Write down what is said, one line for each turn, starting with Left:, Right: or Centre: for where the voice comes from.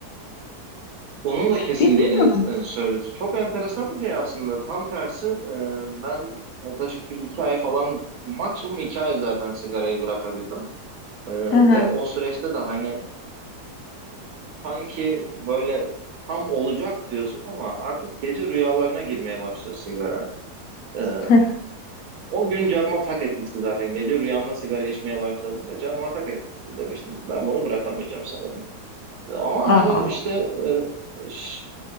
Right: Onun da kesildiğini
Left: Bilmiyorum.
Right: e, söyledi. Çok enteresan bir şey aslında. Tam tersi e, ben yaklaşık bir iki ay falan maksimum iki ay zaten sigarayı bırakabildim. E,
Left: Hı
Right: ve
Left: hı.
Right: o süreçte de hani sanki böyle tam olacak diyorsun ama artık gece rüyalarına girmeye başlıyor sigara. E,
Left: <laughs>
Right: O gün canıma tak etmişti zaten. Gece rüyamda sigara içmeye başladığımda canıma tak etti. Demiştim ki ben bunu bırakamayacağım sanırım. E, Ama
Left: Ah
Right: hani
Left: ah.
Right: işte e, ş-